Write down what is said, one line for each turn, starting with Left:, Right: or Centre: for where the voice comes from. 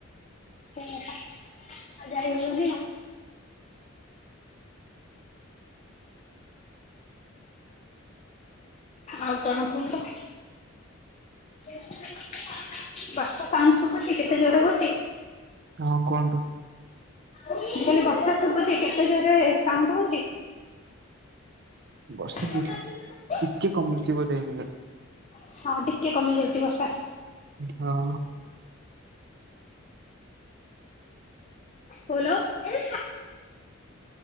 Left: ସେୟା ପା ଆଉ ଯାଇ ହବନି ଆଉ। ଆଉ କଣ କୁହନ୍ତୁ? ବର୍ଷ ସାଉଣ୍ଡ ଶୁଭୁଛି କେତେ ଜୋରେ ହଉଛି?
Right: ହଁ କୁହନ୍ତୁ?
Left: ମୁ କଲି ବର୍ଷା ଶୁଭୁଛି କେତେ ଜୋରେ ସାଉଣ୍ଡ ହଉଛି?
Right: ବର୍ଷା
Left: ହଁ
Right: ଜି ଟିକେ କମୁଛି ବୋଧେ ଏଇନ ଯା।
Left: ହଁ ଟିକେ କମି ଯାଇଛି ବର୍ଷା।
Right: ହଁ।
Left: ହଲୋ ଏ।